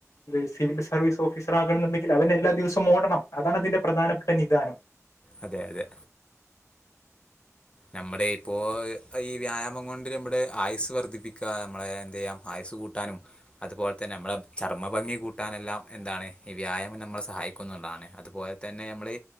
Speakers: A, on the left; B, on the left.
A: ഇത് സിവിൽ സർവീസ് ഓഫീസർ ആകണം എന്നുണ്ടെങ്കിൽ അവന് എല്ലാ ദിവസവും ഓടണം അതാണ് അതിന്റെ പ്രധാനപ്പെട്ട നിധാനം
B: അതെ അതെ നമ്മുടെ ഇപ്പോ ഈ വ്യായാമം കൊണ്ട് നമ്മുടെ ആയുസ് വർ <unintelligible> ദ്ധിപ്പിക്കുക നമ്മെ എന്തയ്യാം ആയസ്സ് കൂട്ടാനും അതുപോലെ തന്നെ നമ്മളുടെ ചർമ്മ ഭംഗി കൂട്ടാനെല്ലാം എന്താ ഈ വ്യായാമം നമ്മളെ സഹായിക്കുന്നുണ്ടാണ് അതുപോലെ തന്നെ നമ്മള്